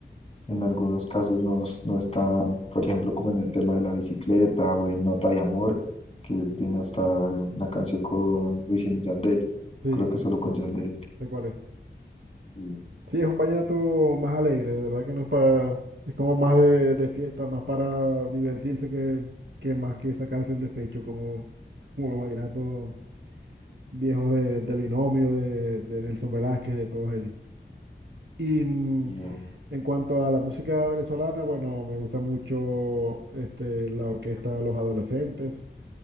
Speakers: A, on the left; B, on the right.
A: en algunos casos no, no está, por ejemplo, como en el tema de la bicicleta o en Nota de Amor, que él tiene hasta la canción con Wisin y Yandel,
B: sí,
A: creo que solo
B: no
A: con Yandel.
B: sé cuál es.
A: Sí,
B: Sí, es un vallenato más alegre, de verdad que no es para, es como más de, de fiesta, más para divertirse que, que más que sacarse el despecho, como, como los vallenatos viejos de, del Binomio, de, de Nelson Velázquez, de todos ellos. Y mm,
A: y eh,
B: en cuanto a la música venezolana, bueno, me gusta mucho este, la orquesta Los Adolescentes.